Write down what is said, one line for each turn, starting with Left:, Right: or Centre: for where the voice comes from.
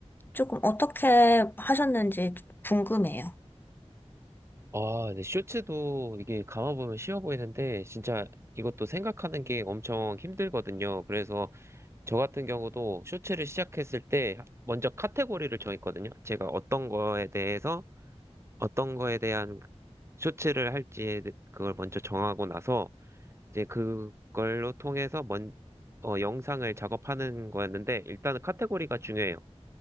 Left: 조금 어떻게 하셨는지 궁금해요.
Right: 아, 네. 쇼츠도 이게 감아보면 쉬워 보이는데, 진짜 이것도 생각하는 게 엄청 힘들거든요. 그래서 저 같은 경우도 쇼츠를 시작했을 때 먼저 카테고리를 정했거든요. 제가 어떤 거에 대해서 어떤 거에 대한 쇼츠를 할지 그걸 먼저 정하고 나서 이제 그걸로 통해서 먼, 어, 영상을 작업하는 거였는데 일단은 카테고리가 중요해요.